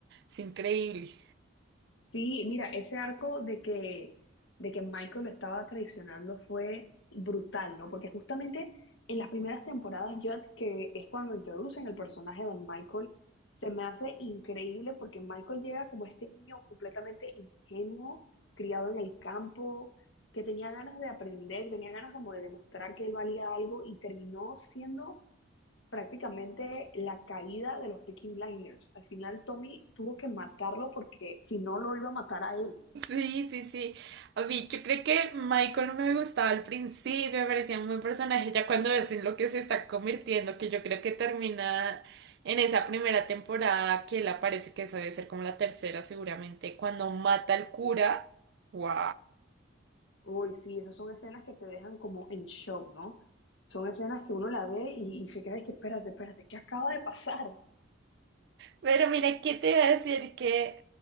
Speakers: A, on the right; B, on the left.
A: Es increíble.
B: Sí, mira, ese arco de que, de que Michael lo estaba traicionando fue brutal, ¿no? Porque justamente en las primeras temporadas, yo que es cuando introducen el personaje de Michael, se me hace increíble porque Michael llega como este niño completamente ingenuo, criado en el campo, que tenía ganas de aprender, tenía ganas como de demostrar que él valía algo y terminó siendo prácticamente la caída de los Peaky Blinders. Al final Tommy tuvo que matarlo porque si no lo iba a matar a él.
A: Sí, sí, sí. A mí, yo creo que Michael no me gustaba al principio, me parecía un buen personaje, ya cuando ves en lo que se está convirtiendo, que yo creo que termina en esa primera temporada, que él aparece, que eso debe ser como la tercera seguramente, cuando mata al cura. ¡Wow!
B: Uy, sí, esas son escenas que te dejan como en shock, ¿no? Son escenas que uno la ve y, y se queda de que espérate, espérate, ¿qué acaba de pasar,
A: Pero mira, ¿qué te iba a decir? Que,